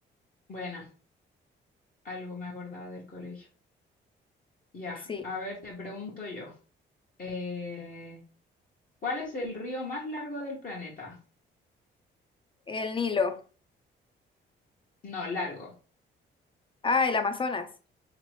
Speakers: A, on the left (about 45°); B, on the left (about 25°).
A: Buena, algo me acordaba del colegio. Ya,
B: Sí,
A: a ver, te pregunto yo. Eh, ¿cuál es el río más largo del planeta?
B: el Nilo.
A: No, largo.
B: Ah, el Amazonas.